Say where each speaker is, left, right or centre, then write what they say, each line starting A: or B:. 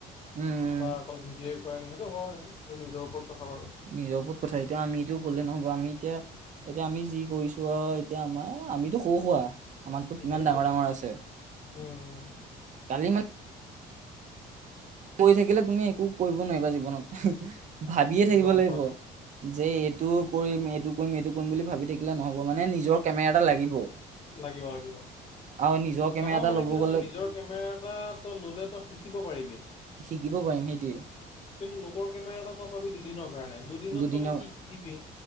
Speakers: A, on the right; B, on the left.
A: উম,
B: বা অকল ভিডিঅ'ই কৰিম। সেইটো হয়, ইবোৰ নিজৰ ওপৰত কথা বাৰু
A: নিজৰ ওপৰত কথা এতিয়া। আমিতো গ'লে নহ'ব। আমি এতিয়া- এতিয়া আমি যি কৰিছোঁ আৰু এ তিয়া আমাৰ আমিতো সৰু-সুৰা। আমাতকৈ
B: উম
A: কিমান
B: সেইটোৱে
A: ডাঙৰ - ডাঙৰ আছে।
B: উম
A: কালি মা কৈ থাকিলে, তুমি একো কৰিব নোৱাৰিবা জীৱনত। ভাবিয়ে থাকিব
B: গম
A: লাগিব,
B: পালোঁ
A: যে এইটো কৰিম, এইটো কৰিম, এইটো কৰিম বুলি ভাবি থাকিলে নহ'ব। মানে নিজৰ কেমেৰা এটা লাগিব।
B: লাগিব - লাগিব।
A: আৰু নিজৰ কেমেৰা
B: নহয়,
A: এটা
B: মানে
A: ল'ব
B: কি জান?
A: গ'লে
B: নিজৰ কেমেৰা এটা তই ল'লে তই শিকিব পাৰিবি।
A: শিকিব পাৰিম। সেইটোৱে।
B: কিন্তু লোকৰ কেমেৰা এটা তই পাবি দুদিনৰ কাৰণে দুদিনত
A: দুদিনৰ-
B: তইনো কি শিকিবি